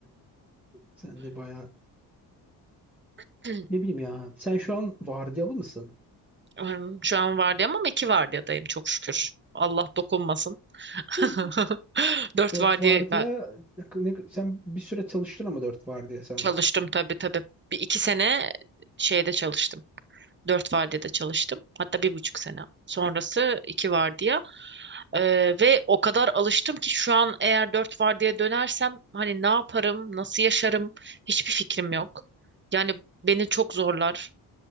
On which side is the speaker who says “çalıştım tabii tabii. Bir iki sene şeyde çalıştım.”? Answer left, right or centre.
Right